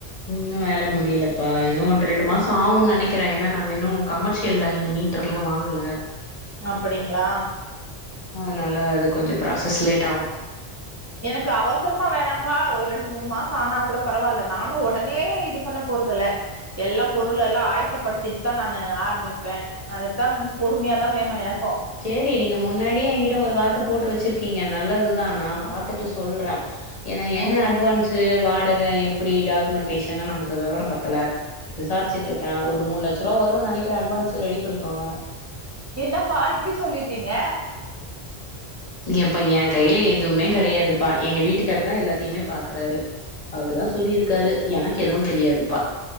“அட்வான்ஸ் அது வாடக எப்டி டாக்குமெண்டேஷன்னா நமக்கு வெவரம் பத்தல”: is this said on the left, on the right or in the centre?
Left